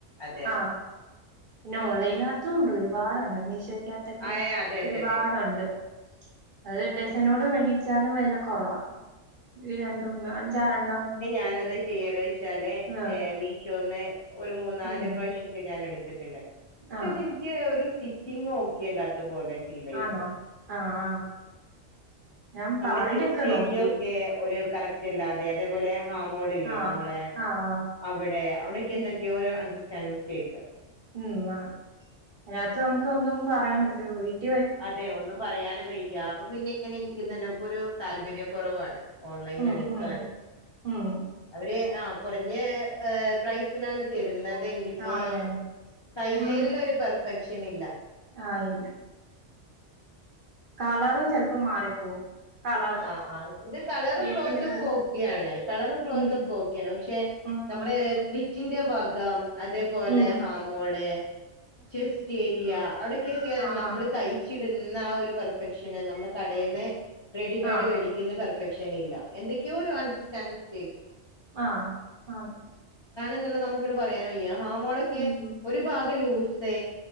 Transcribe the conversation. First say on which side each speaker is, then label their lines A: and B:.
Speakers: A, on the left (about 50°); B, on the right (about 50°).
A: അതെ
B: ആഹ് പിന്നെ ഓൺലൈനകത്തും ഉണ്ട് ഒരു ഒരുപാടുണ്ട് മീശോ ക്കകത്തൊക്കെ
A: ആ അതെ
B: ഒരുപാടുണ്ട്
A: അതെ അതെ
B: അത് ഡസനോട് വേടിച്ചാലും വില കുറവാ രണ്ട് മൂന്ന് അഞ്ചാറെണ്ണം
A: ഞാനെന്താ ചെയ്യല് ചോയ്ച്ചാല്
B: ആഹ്
A: മീഷോന്ന് ഒരു മൂന്നാല്
B: ഉം
A: പ്രാവശൊക്കെ ഞാനെട് ഇട്ടിട്ടുണ്ട് പക്ഷെത്
B: ആഹ്
A: നിക്ക് ഒരു സ്റ്റിച്ചിങ്ങ് ഓക്കെ അല്ലാത്ത പോലെ ഫീൽ ചെയ്തത്
B: ആണോ ആഹ് ആഹ് ഞാൻ
A: നമ്മള്
B: പാന്റൊക്കെ
A: ചെസ്റ്റേരിയ
B: നോക്കി
A: ഒക്കെ ഒര് കറക്റ്റല്ലാതെ അതേപോലെ ഹാ മോളില്ലേ
B: ആഹ്
A: നമ്മളെ
B: ആഹ് ആഹ്
A: അവിടെ അവിടെക്കെ എന്തക്കെയൊ ഒരു അണ്ടർറ്റാൻറ്റ്മിസ്ടേക്ക്
B: ഉ ആ അതിനാത്ത് നമുക്ക് ഒന്നും പറയാൻ പറ്റി രോയി <inaudible>
A: അതെ ഒന്നും പറയാനും വയ്യ അപ്പൊ പിന്നെ ഇങ്ങനെ എനിക്കുന്നക്ക
B: ഉം
A: ഒരു താല്പര്യം താല്പര്യ കുറവാണ് ഓൺലൈൻ
B: ഉം
A: എടുക്കാന്
B: ഉം ഉം
A: അവര് ആ കുറഞ്ഞ പ്രൈസിനാണ് തരുന്ന ങ്കിൽപോലും
B: ആന്ന് ആന്ന്
A: തയ്യൽനൊരു
B: ഒന്നും
A: പെർഫ ക്ഷനില്ല
B: ആഹ് ഇല്ല കളറും ചിലപ്പൊ മാറിപ്പോവും കളറും
A: ആഹ് ആഹ് ഇത് കളറും
B: വീട്ടിൽ
A: ക്ലോത്തും
B: വരുമ്പോ
A: ഒക്കെ ഓക്കെയാണ് കളറും ക്ലോത്ത്
B: ഉം
A: ഒക്കെ ഓക്കെയാണ്. പക്ഷെ
B: ഉം
A: നമ്മള്
B: ഉം
A: <unintelligible> ഇന്റെ ഭാഗം അതേ പോലെ
B: ഉം
A: ഹാമോള്, ചെസ്റ്റേരിയ <unintelligible> കെക്കെ
B: ആഹ്
A: നമ്മള്
B: ആഹ്
A: തയ്ച്ച് കിടുന്ന ആ ഒരു പെർഫെക്ഷന് നമ്മള് കടേന്ന് റെഡിമേഡ്
B: ആഹ്
A: വേടിക്കുന്ന പെർഫ സെക്ഷനില്ല. എന്തൊക്കെയോ ഒരു അൺടർസ്റ്റാൻഡ് മിസ്റ്റേക്ക്
B: ആഹ് ആഹ്
A: ന്ന്ള്ള് നമ് ങ്ങട്ട് പറയാനും വയ്യാ ഹാമോളൊക്കെ
B: ഉം
A: ഒരു ഭാഗം ലൂസ് സേ.